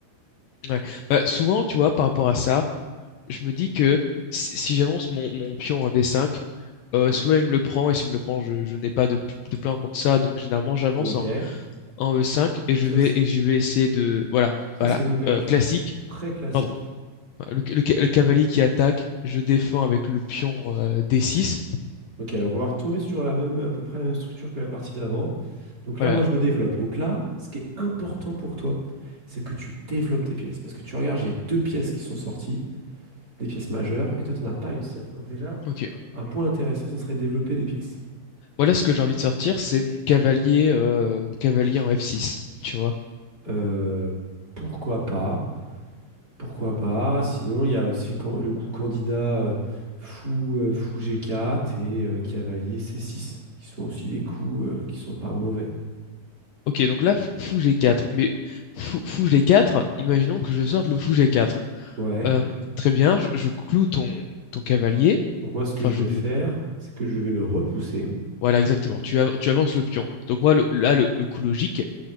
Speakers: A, on the left; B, on the right.
A: Ouais. Bah, souvent, tu vois, par rapport à ça, je me dis que si si j'avance mon, mon pion en d cinq, euh, soit il me le prend, et s'il me le prend, je, je n'ai pas de, de plan contre ça, donc généralement, j'avance
B: Ok.
A: en E5 et
B: Donc
A: je
B: ça,
A: vais,
B: c'est-
A: et je vais essayer de. Voilà,
B: ça
A: voilà.
B: c'est une ouverture
A: Euh, classique,
B: très classique.
A: pardon. voilà, Le, le le cavalier qui attaque, je défends avec le pion euh, D6.
B: Ok, donc on va retomber sur la même, à peu près la même structure que la partie d'avant. Donc
A: Voilà,
B: là, moi, je me développe. Donc là, ce qui est important pour toi, c'est que tu développes tes pièces. Parce que tu regardes, j'ai deux pièces qui sont sorties, des pièces majeures, et toi, tu n'en as pas une seule. Donc déjà,
A: ok.
B: un point intéressant, ça serait développer des pièces.
A: Voilà ce que j'ai envie de sortir, c'est mon cavalier, euh, mon cavalier en F6, tu vois.
B: Euh, pourquoi pas? Pourquoi pas? Sinon, il y a aussi le, can- le coup candidat euh, fou, euh, fou G4 et euh, cavalier C6, qui sont aussi des coups euh, qui sont pas mauvais.
A: Ok, donc là, f- fou G4. Mais fou, fou G4, imaginons que je sorte le fou G4.
B: Ouais.
A: Euh, très bien, je, je cloue ton, ton cavalier.
B: Donc moi, ce que
A: Enfin,
B: je
A: je
B: vais
A: cloue.
B: faire, c'est que je vais le repousser.
A: Voilà, exactement. Tu, av- tu avances le pion. Donc moi, le- là, le, le coup logique,